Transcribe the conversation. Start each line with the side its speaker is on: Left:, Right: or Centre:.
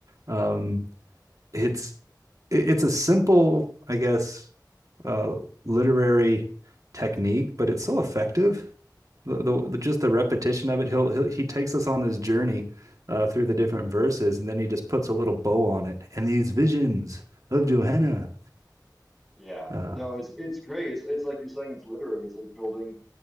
Right: Um, it's it's a simple, I guess, uh, literary technique, but it's so effective. The, the, the just the repetition of it. He'll, he'll he takes us on this journey uh, through the different verses, and then he just puts a little bow on it. And these visions of Johanna.
Centre: Yeah.
Right: Uh,
Centre: No, it's it's great. It's it's like you're saying it's literary. It's like building